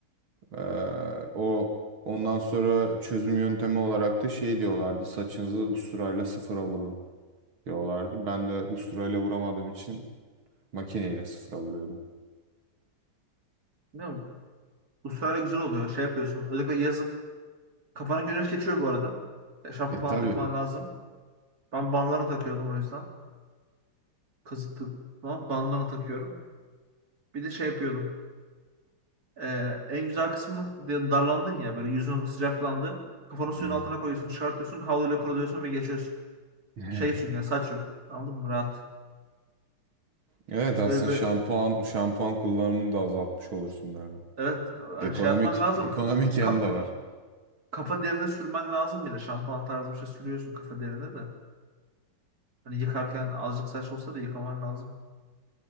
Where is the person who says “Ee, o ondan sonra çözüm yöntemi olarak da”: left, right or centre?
Right